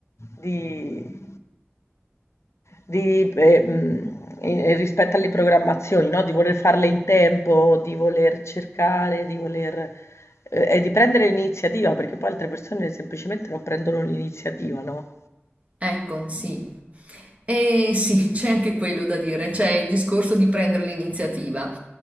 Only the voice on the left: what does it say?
di, di, eh, mh, e- e rispetto alle programmazioni, no? Di voler farle in tempo, di voler cercare, di voler... eh, e di prendere l'iniziativa, perché poi altre persone semplicemente non prendono l'iniziativa, no?